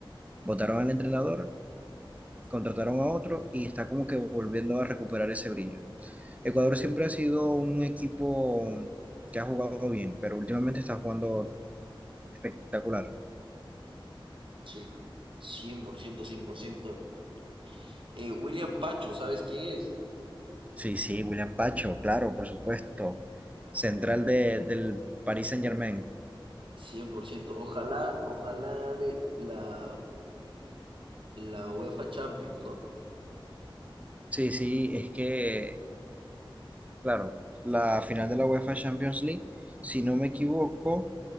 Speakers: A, on the right (about 15°); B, on the right (about 70°).
A: votaron al entrenador, contrataron a otro y está como que volviendo a recuperar ese brillo. Ecuador siempre ha sido un equipo que ha jugado bien, pero últimamente está jugando espectacular.
B: Sí, 100%, 100%. Eh, William Pacho, ¿sabes quién es?
A: Sí, sí, William Pacho, claro, por supuesto. Central de, del Paris Saint-Germain.
B: cien por ciento Ojalá, ojalá gane la, la UEFA Champions, ¿no?
A: Sí, sí, es que Claro, la final de la UEFA Champions League, si no me equivoco,